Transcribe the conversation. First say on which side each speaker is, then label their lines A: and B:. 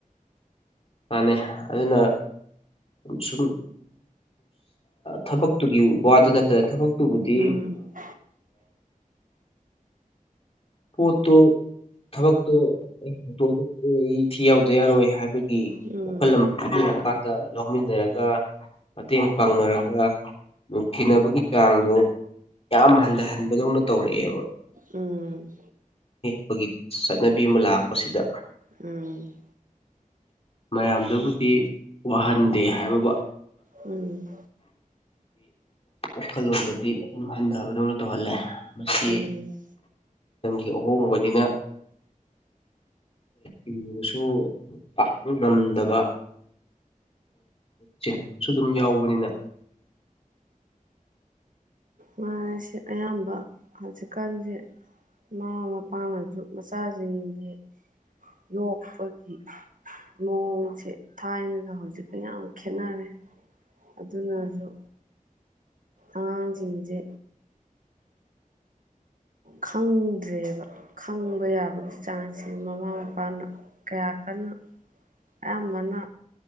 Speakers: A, on the left; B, on the right.
A: ꯃꯥꯥꯟꯅꯩ ꯑꯗꯨꯅ ꯁꯨꯝ ꯊꯕꯛꯇꯨꯒꯤ ꯋꯥꯗꯨ ꯅꯠꯇꯅ ꯊꯕꯛ ꯄꯨꯕꯨꯗꯤ
B: ꯎꯝ
A: ꯄꯣꯠꯇꯣ ꯊꯕꯛꯇꯣ ꯍꯗꯣꯛꯑ ꯑꯩ ꯊꯤ ꯌꯥꯎꯗ ꯌꯥꯔꯣꯏ ꯍꯥꯏꯕꯒꯤ
B: ꯎꯝ
A: ꯍꯜꯂꯝꯍꯜꯂ ꯀꯥꯟꯗ ꯌꯥꯎꯃꯤꯟꯅꯔꯒ ꯃꯇꯦꯡ ꯄꯥꯡꯅꯔꯒ ꯅꯨꯡꯊꯅꯕꯒꯤ ꯆꯥꯡꯗ ꯌꯥꯝ ꯍꯟꯊꯍꯟꯕꯗꯧꯅ ꯇꯧꯔꯛꯑꯦꯕ
B: ꯎꯝ
A: ꯌꯦꯦꯛꯄꯒꯤ ꯆꯠꯅꯕꯤ ꯑꯃ ꯂꯥꯛꯄꯁꯤꯗ
B: ꯎꯝ
A: ꯃꯌꯥꯝꯗꯨꯕꯨꯗꯤ ꯋꯥꯍꯟꯗꯦ ꯍꯥꯏꯕꯕꯨ
B: ꯎꯝ
A: ꯋꯥꯈꯜꯂꯣꯟꯗꯗꯤ ꯑꯗꯨꯝ ꯍꯟꯊꯕꯗꯧꯅ ꯇꯧꯍꯜꯂꯦ ꯃꯁꯤ
B: ꯎꯝ
A: ꯃꯇꯝꯒꯤ ꯑꯍꯣꯡꯕꯅꯤꯅ ꯏꯤꯕꯁꯨ ꯄꯥꯛ ꯉꯝꯗꯕ ꯆꯤꯕꯁꯨ ꯑꯗꯨꯝ ꯌꯥꯎꯕꯅꯤꯅ
B: ꯃꯥꯁ ꯑꯌꯥꯝꯕ ꯍꯧꯖꯤꯛꯀꯥꯟꯁꯦ ꯃꯃꯥ ꯃꯄꯥꯅꯁꯨ ꯃꯆꯥꯁꯤꯡꯒꯤ ꯌꯣꯛꯄꯒꯤ ꯃꯑꯣꯡꯁꯦ ꯊꯥꯏꯅꯒ ꯍꯧꯖꯤꯛꯀ ꯌꯥꯝ ꯈꯦꯠꯅꯔꯦ ꯑꯗꯨꯅꯁꯨ ꯑꯉꯥꯡꯁꯤꯡꯁꯦ ꯈꯪꯗ꯭ꯔꯦꯕ ꯈꯪꯕ ꯌꯥꯕꯒꯤ ꯆꯥꯡꯁꯦ ꯃꯃꯥ ꯃꯄꯥꯅ ꯀꯌꯥ ꯀꯟꯅ ꯑꯌꯥꯝꯕꯅ